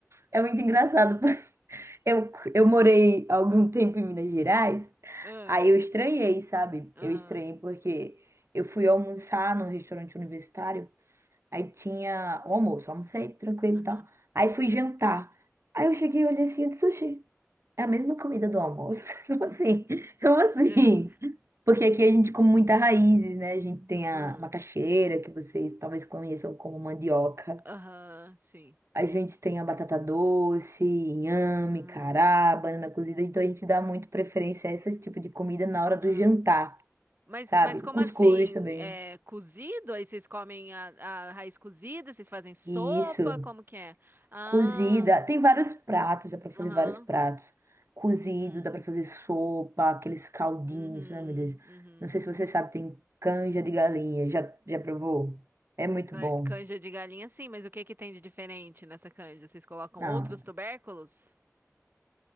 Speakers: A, on the right; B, on the right.
A: É muito engraçado. <laughs> Eu, eu morei algum tempo em Minas Gerais,
B: Ah,
A: aí eu estranhei, sabe?
B: Aham,
A: Eu estranhei porque eu fui almoçar num restaurante universitário, aí tinha o almoço, almocei tranquilo
B: aham,
A: e tal. Aí fui jantar. Aí eu cheguei e olhei assim, eu disse, sushi. É a mesma comida do almoço. <laughs> Como assim? Como assim?
B: é,
A: Porque aqui a gente come muita raiz, né? A gente tem
B: hum,
A: a macaxeira, que vocês talvez conheçam como mandioca.
B: aham, sim.
A: A gente tem a batata doce, inhame,
B: Aham,
A: cará, banana cozida. Então a gente dá muito preferência a esse tipo de comida na hora
B: aham.
A: do jantar,
B: Mas,
A: sabe?
B: mas como
A: O cuscuz
B: assim?
A: também.
B: É cozido? Aí vocês comem a, a raiz cozida? Vocês fazem sopa?
A: E Isso.
B: Como que é? Ah,
A: Cozida. Tem vários pratos, dá pra fazer
B: aham.
A: vários pratos. Cozido,
B: hum.
A: dá pra fazer sopa, aqueles caldinhos,
B: Uhum,
A: né, meu Deus?
B: uhum.
A: Não sei se você sabe, tem canja de galinha. Já, já provou? É muito
B: Can-
A: bom.
B: Canja de galinha, sim, mas o que que tem de diferente nessa canja? Vocês colocam
A: Não,
B: outros tubérculos?